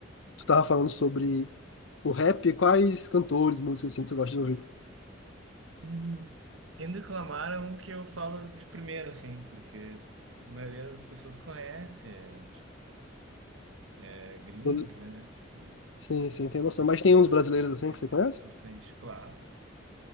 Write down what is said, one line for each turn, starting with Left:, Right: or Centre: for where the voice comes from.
Left: tu tava falando sobre o rap. Quais cantores, músicos, assim, tu gosta de ouvir?
Right: Hum. Kendrick Lamar é um que eu falo de primeira, assim, porque a maioria das pessoas conhece, é, tipo, é gringo,
Left: Eu-
Right: né? Tipo,
Left: Sim, sim, tem noção.
Right: eu respeito
Left: Mas tem uns brasileiros, assim,
Right: respeito
Left: que você conhece?
Right: bastante, claro.